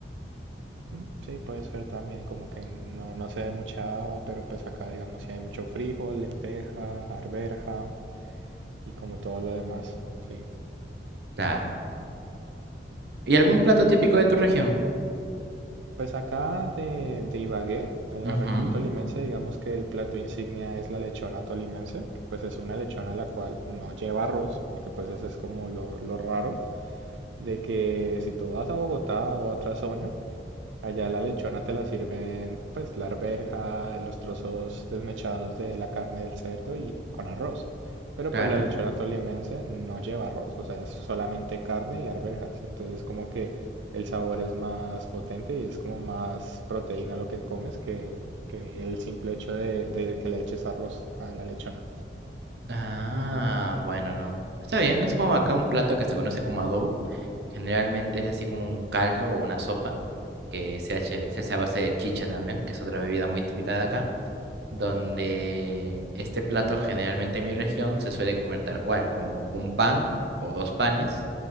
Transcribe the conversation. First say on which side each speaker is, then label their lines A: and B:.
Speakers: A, on the right; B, on the right.
A: Mm, Sí, puede ser también como que no, no se dé mucha haba, pero pues acá digamos si hay mucho frijol, lenteja, arberja y como todo lo demás, sí.
B: Claro. ¿Y algún plato
A: Y
B: típico de tu región?
A: pues acá de, de Ibagué, de la
B: Ujú,
A: región tolimense, digamos que el plato insignia es la lechona tolimense, que pues es una lechona la cual no lleva arroz, porque pues ese es como lo, lo raro, de que si tú vas a Bogotá o a otra zona, Allá la lechona te la sirven, pues, la arveja, los trozos desmechados de la carne del cerdo y con arroz. Pero
B: Claro.
A: pues la lechona tolimense no lleva arroz, o sea, es solamente carne y arvejas. Entonces como que el sabor es más potente y es como más proteína lo que comes que, que el simple hecho de, de que le eches arroz a la lechona.
B: Ah, bueno, no. Está bien, es como acá un plato que se conoce como adobo. Generalmente es así como un caldo o una sopa que se hace, se hace a base de chicha también, que es otra bebida muy típica de acá, donde este plato generalmente en mi región se suele comer tal cual, con un pan o dos panes